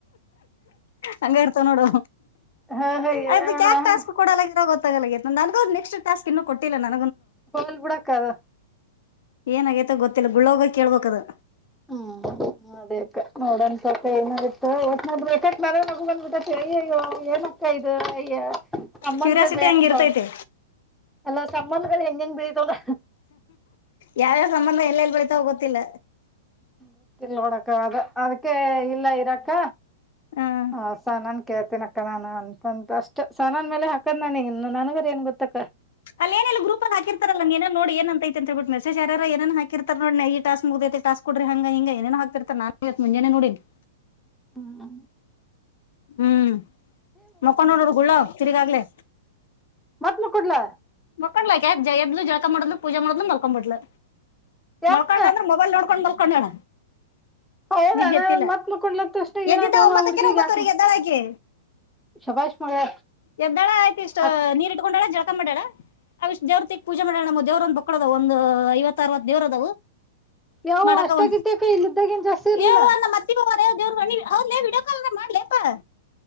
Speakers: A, on the left; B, in the centre.
A: ಹಂಗ ಇರ್ತವ ನೋಡು
B: ಹ ಹ
A: ಆಯ್ದು ಕ್ಯಾಕ್
B: ನಾನ್
A: ಟಾಸ್ಕ್ ಕೂಡಲ ಇರೋ ಗೊತ್ ನಂಗು ನೆಕ್ಟ್ ಟಾಸ್ಕ್ ಇನ್ನು ಕೊಟ್ಟಿಲ್ಲಾ ನಾ
B: ಹೋಗಲ್ ಬುಡಕ್ಕ ಅದು
A: ಏನ ಆಗೇತ ಗೊತ್ತಿಲ್ಲ ಗುಳ್ಳ ಹೋಗ ಕೇಳ್ಬೇಕ್ ಅದು
B: ಹ್ಮ್ ಅದೇಕ್ಕ ನೋಡನ್ ತಕೊ ಏನಾಗುತ್ ವಾಟ್ನಲ್ಲಿ ರೆಕಾರ್ಡ್ ಮಾಡಿದ್ರೆ ನಗು ಬಂದ್ಬಿಡುತ್ತೆ ಸರಿ ಅಯ್ಯೋ ಏನಕ್ಕ ಇದು ಅಯ್ಯ ಸಂಬಂದ
A: ಕ್ಯೂರಿಯಾಸಿಟಿ
B: ಬೇಕಂತ
A: ಹಂಗ ಇರ್ತೈತಿ
B: ಒಂದು ಅಲ್ಲ ಸಂಬಂಧಗಳು ಹೆಂಗೆ ಹೆಂಗ್ ಬೆಳಿತಾವಲ್ಲ
A: ಯಾವ್ ಯಾವ್ ಸಂಬಂಧ ಎಲ್ಲೆಲ್ಲಿ ಬೆಳಿತಾವ್ ಗೊತ್ತಿಲ್ಲ
B: ಗೊತ್ತಿಲ್ಲ ನೋಡಕ್ಕ ಅದ ಅದಕ್ಕೆ ಇಲ್ಲ ಇರಾಕ್ಕ
A: ಹ್ಮ್
B: ಹಾ ಸನನ್ ಕೇಳ್ತೀನ ಅಕ್ಕ ನಾನ್ ಅಂತಂತು ಅಷ್ಟ ಸನನ್ ಮೇಲೆ ಹಾಕದ್ ನನಿ ಇನ್ನು ನನ್ಗರ ಏನ್ ಗೊತ್ತಕ್ಕ
A: ಅಲ್ ಏನ್ ಗ್ರೂಪ್ ಅಲ್ ಹಾಕಿರ್ತಲ್ಲ ನೀನೆ ನೋಡ್ ಏನ್ಂತೈ ಅಂತ ಮೆಸೇಜ್ ಶ ಯಾರ್ ಯಾರ್ ಏನನಾ ಹಾಕರ್ತ ನೋಡ್ ಈ ಟಾಸ್ ಮುಗ್ದೈ ಟಾಸ್ ಕೊಡ್ರಿ ಹಿಂಗ ಹಿಂಗ ಏನ್ ಏನೋ ಹಾಕ್ತಿರ್ತ ನಾನ್ ಇವತ್ ಮುಂಜಾನೆ ನೋಡಿನಿ
B: ಹ್ಮ
A: ಹ್ಮ್ ಮಕೊಂಡ ನೋಡರು ಗುಳ್ಳ ತಿರಿಗಾಗ್ಲೆ
B: ಮತ್ ಮಕೊಡ್ಲಾ
A: ಮಕ್ಕಳಾ ಜಯದಲು ಜಳಕ ಮಾಡದಲು ಪೂಜೆ ಮಾಡ್ಲು ಮಲ್ಕೊಬುಟ್ಲು
B: ಯಾಕ
A: ಮಲ್ಕೊಂಡ ಅಂದ್ರ ಮೊಬೈಲ್ ನೋಡ್ಕೊಂಡ್ ಮಲ್ಕೊಂಡಳ
B: ಹೌದಾ
A: ನಿದ್ದೆತ್ತಿಲ್ಲ
B: ನಾ ಮತ್ ಮಕ್ಕೊಡ್ಲ ತಕ್ಷಣ ಏನಾತವ
A: ಎದ್ದಿದ್ದ ಒಂಬತ್ತಕೆ
B: ಹುಡ್ಗಿಗ್
A: ಒಂಬತ್ತವರೆಗೆ
B: ಯಾಕ
A: ಎದ್ದಳಾಕಿ
B: ಶಭಾಷ್ ಮಗಳ
A: ಎದ್ದಳ ಅಕಿ ಷ್ಟ
B: ಅಕ್ಕ
A: ನೀರ ಇಟ್ಕೊಂಡಾಳ ಜಳ್ಕ ಮಾಡ್ಯಾಳ. ಅವಷ್ಟ ದೇವ್ರತಿಕ ಪೂಜೆ ಮಾಡಳ ನಮ್ಮ ದೇವ್ರ ಒಂದ ಬಕ್ಕಳ ಅದಾವ ಒಂದ ಐವತ್ತ ಅರವತ್ತ ದೇವ್ರದವು.
B: ಯಾವ
A: ಮಾಡಕ
B: ಅಷ್ಟ
A: ವ
B: ಗಿಟ್ಟ್ಯಾಕ ಇಲ್ಲಿದ್ದಾಗ ಏನ್ ಜಾಸ್ತಿ ಇರ್ಲಿಲ್ಲ
A: ಎ ನಮ್ಮ ಅತ್ತಿ ದವ್ರ ಬ ಹೊದ್ಲೇ ವಿಡಿಯೋ ಕಾಲ್ ಅರೆ ಮಾಡ್ಲಪ್ಪಾ.